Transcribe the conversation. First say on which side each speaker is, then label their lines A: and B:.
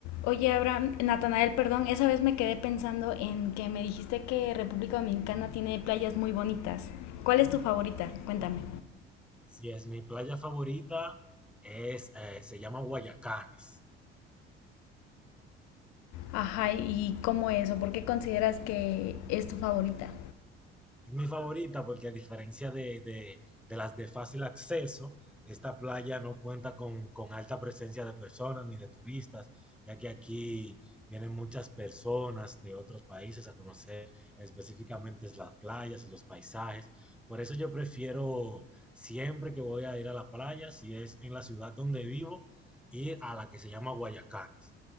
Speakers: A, on the left; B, in the centre.
A: Oye, Abraham, Natanael, perdón, esa vez me quedé pensando en que me dijiste que República Dominicana tiene playas muy bonitas. ¿Cuál es tu favorita? Cuéntame.
B: Así es, mi playa favorita es, eh, se llama Guayacanes.
A: Ajá, ¿y cómo es o por qué consideras que es tu favorita?
B: Es mi favorita porque a diferencia de, de- de las de fácil acceso, esta playa no cuenta con, con alta presencia de personas ni de turistas, ya que aquí vienen muchas personas de otros países a conocer específicamente las playas y los paisajes. Por eso yo prefiero siempre que voy a ir a la playa, si es en la ciudad donde vivo, ir a la que se llama Guayacanes.